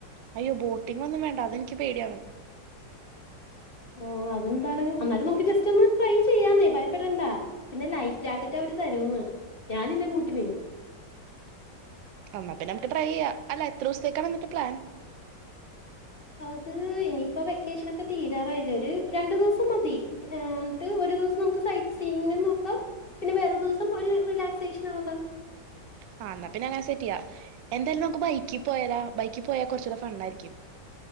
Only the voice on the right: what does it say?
അയ്യോ ബോട്ടിങ്ങൊന്നും വേണ്ട അതെനിക്ക് പേടിയാണ്
എന്നാപ്പിന്നെ നമക്ക് ട്രൈ ചെയ്യാം അല്ല എത്രൂസത്തേക്കാണ് എന്നിട്ട് പ്ലാൻ
ആഹ് എന്നാ പിന്നെ അങ്ങനെ സെറ്റ് ചെയ്യാം എന്തായാലും നമുക്ക് ബൈക്കി പോയാലൊ ബൈക്കി പോയാ കൊറച്ചൂടെ ഫൺ ആയിരിക്കും